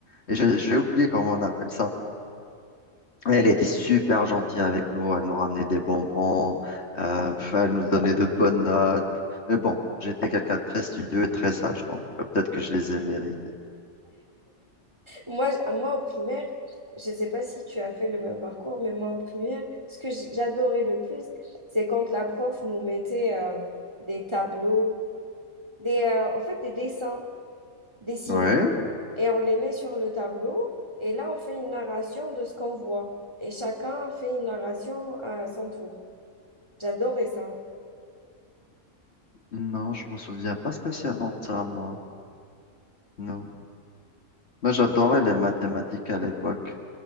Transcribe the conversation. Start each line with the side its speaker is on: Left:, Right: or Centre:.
Left: Et j'ai j'ai oublié comment on appelle ça. Elle était super gentille avec nous, elle nous ramenait des bonbons, euh, pff, elle nous donnait de bonnes notes. Mais bon, j'étais quelqu'un de très studieux et très sage, donc euh, peut-être que je les ai mérités.
Right: Moi, j- moi, au primaire, je ne sais pas si tu as fait le même parcours, mais moi, au primaire, ce que j- j'adorais le plus, c'est quand la prof nous mettait euh, des tableaux, des, euh, en fait, des dessins dessinés,
Left: Ouais?
Right: et on les met sur le tableau, et là, on fait une narration de ce qu'on voit, et chacun fait une narration à son tour. J'adorais ça.
Left: Non, je m'en souviens pas spécialement de ça, moi. Non. Moi, j'adorais les mathématiques à l'époque.